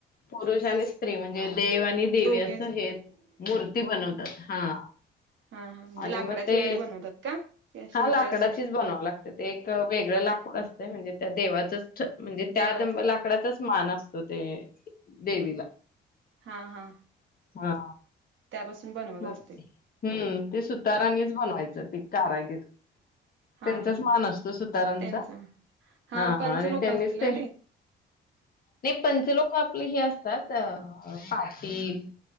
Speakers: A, on the left; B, on the right.
A: पुरुष आणि स्त्री म्हणजे देव आणि देवी
B: दोघे
A: असं
B: अस
A: हे मूर्ती बनवतात. हा,
B: हा हा म्हणजे
A: आणि
B: लाकडाचे
A: मग, ते
B: वगैरे बनवतात का? की अशी
A: हा..
B: हिची
A: लाकडाचीच
B: असते
A: बनवावी लागते ते, वेगळं लाकूड असत. म्हणजे त्या देवाचं. म्हणजे त्या
B: देवाच
A: दं लाकडाचाच मान अस ते देवीला.
B: हा हा.
A: हा.
B: त्यापासून बनवत
A: मग
B: असते.
A: हम्म ते सुतारांनीच बनवायचं ते कारागीर.
B: हा
A: त्यांचाच
B: हा
A: मान असतो सुतारांचा,
B: त्यांचा
A: हा
B: पंच
A: आणि
B: लोक
A: त्यांनीच
B: असतील ना
A: ते. ते पंच लोक आपले हे असतात. अ पाटील,